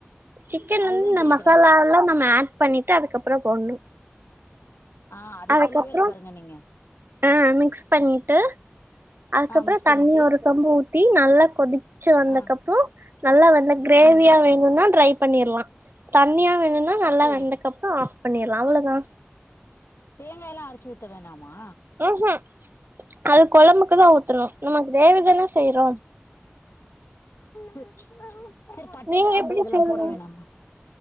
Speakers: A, on the right; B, on the left.
A: சிக்கன்ல
B: அதுதா
A: வந்து இந்த
B: கேக்குறே
A: மசாலாலா நம்ம ஆட் பண்ணிட்டு அதுக்கப்றோ போட்ணு
B: ஆ அத
A: அதுக்கப்புறோ
B: சொல்லவே இல்ல பாருங்க நீங்க
A: ஆ மிக்ஸ் பண்ணிட்டு அதுக்கப்ற
B: ஆ மிஸ்
A: தண்ணி
B: பண்ணிட்டு
A: ஒரு சொம்பு ஊத்தி நல்லா கொதிச்சு வந்தக்கப்றோ
B: ஆ
A: நல்லா வந்து கிரேவியா
B: ம்
A: வேணுனா ட்ரை பண்ணிற்லா தண்ணியா வேணுனா நல்லா
B: சரிங்க
A: வெந்தக்கப்ற ஆஃப் பண்ணிற்லா அவளதா
B: தேங்காய்லா அரைச்சு ஊத்த வேணாமா
A: ம் ம் அது கொழம்புக்கு தா ஊத்தணு நம்ம கிரேவி தான செய்றோ
B: ச சேரி பட்ட
A: நீங்க
B: கிராம்பு
A: எப்டி
B: இதெல்லா
A: செய்வீங்க
B: போட வேணாமா